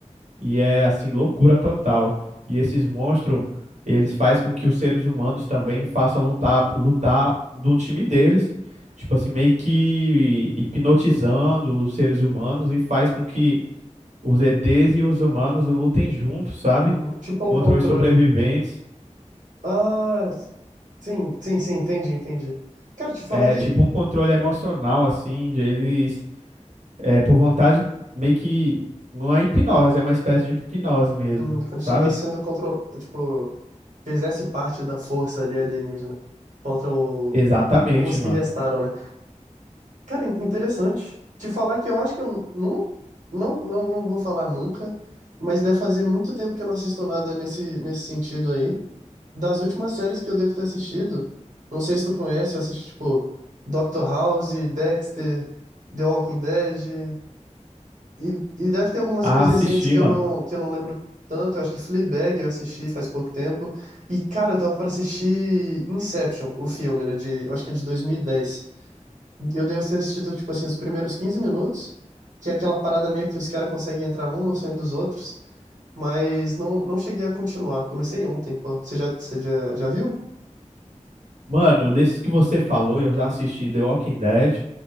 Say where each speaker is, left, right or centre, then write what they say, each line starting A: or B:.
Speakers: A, on the right; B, on the right.
A: E é assim, loucura total. E esses monstros, eles fazem com que os seres humanos também façam lutar, lutar do time deles. Tipo assim, meio que hipnotizando os seres humanos e faz com que os ETs e os humanos lutem juntos, sabe?
B: uhum. Tipo um
A: Contra
B: controle.
A: os sobreviventes.
B: Ah, sim, sim, sim, entendi, entendi. Quero te falar
A: É
B: que
A: tipo um controle emocional, assim, de eles, é, por vontade, meio que não é hipnose, é uma espécie de hipnose mesmo,
B: uhum, quando
A: sabe?
B: estivesse sendo control, tipo, fizesse parte da força ali alienígena contra o-
A: Exatamente,
B: os
A: mano.
B: que restaram, né? Cara, in- interessante. Te falar que eu acho que eu não, não, não, não vou falar nunca, mas deve fazer muito tempo que eu não assisto nada nesse, nesse sentido aí. das últimas séries que eu devo ter assistido, não sei se tu conhece, eu assisti, tipo, Doctor House, Dexter, The Walking Dead, e, e deve ter algumas
A: Ah,
B: mais
A: assisti,
B: recentes que
A: mano.
B: eu não, que eu não lembro tanto, eu acho que Fleabag eu assisti faz pouco tempo, e, cara, eu tava pra assistir Inception, o filme, né, de, eu acho que é de 2010. Eu devo ter assistido, tipo assim, os primeiros 15 minutos, que é aquela parada meio que os caras conseguem entrar um no sonho dos outros, mas não, não cheguei a continuar, comecei ontem, pô. Você já, você já, já viu?
A: Mano, desses que você falou, eu já assisti The Walking Dead,